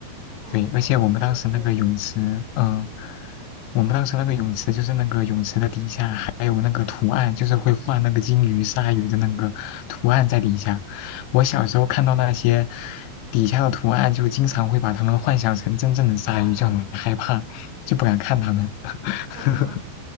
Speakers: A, on the right (about 85°); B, on the left (about 85°).
A: 那还是挺挺恐怖。
B: 对，而且我们当时那个泳池，嗯，我们当时那个泳池就是那个泳池的底下还有那个图案，就是会画那个金鱼、鲨鱼的那个图案在底下。我小时候看到那些底下的图案，就经常会把它们幻想成真正的鲨鱼，就很害怕，就不敢看它们。<laughs>
A: 啊，